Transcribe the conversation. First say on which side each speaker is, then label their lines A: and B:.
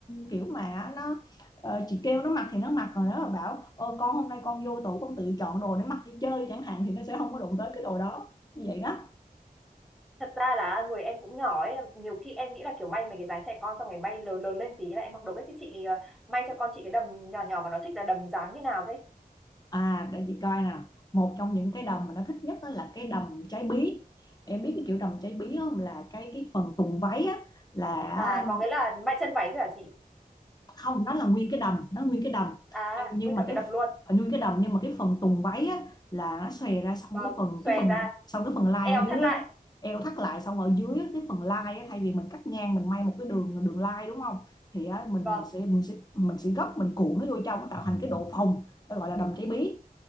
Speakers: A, on the left; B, in the centre.
A: kiểu mà nó ờ, chị kêu nó mặc thì nó mặc còn nếu mà bảo Ôi, con hôm nay con vô tủ con tự chọn đồ để mặc đi chơi chẳng hạn thì nó sẽ không có đụng tới cái đồ đó như vậy đó
B: thật ra là người em cũng nhỏ ấy nhiều khi em nghĩ là kiểu may mấy cái dáng trẻ con xong rồi may lớn lớn lên tí là em mặc đồ ấy thì chị ờ, may cho con chị cái đầm nhỏ nhỏ mà nó thích là đầm dáng như nào thế
A: À để chị coi nào Một trong những cái đầm mà nó thích nhất á là cái đầm trái bí Em biết cái kiểu đầm trái bí không là cái cái phần tùng váy á là
B: à có nghĩa là may chân váy thôi hả chị
A: không nó là nguyên cái đầm nó nguyên cái đầm
B: à
A: nhưng nhưng
B: nguyên
A: mà
B: cả cái
A: cái
B: đầm
A: ph-
B: luôn
A: à, nguyên cái đầm nhưng mà cái phần tùng váy á là nó xòe ra xong
B: vâng
A: cái phần
B: xòe
A: cái phần
B: ra
A: xong cái phần lai
B: eo
A: ở
B: thắt
A: dưới
B: lại
A: á, eo thắt lại xong ở dưới á, cái phần lai á, thay vì mình cắt ngang mình may một cái đường đường lai đúng không thì á, mình
B: vâng
A: mình sẽ mình sẽ mình sẽ gấp mình cuộn nó vô trong nó tạo thành cái độ phồng nó gọi là đầm trái bí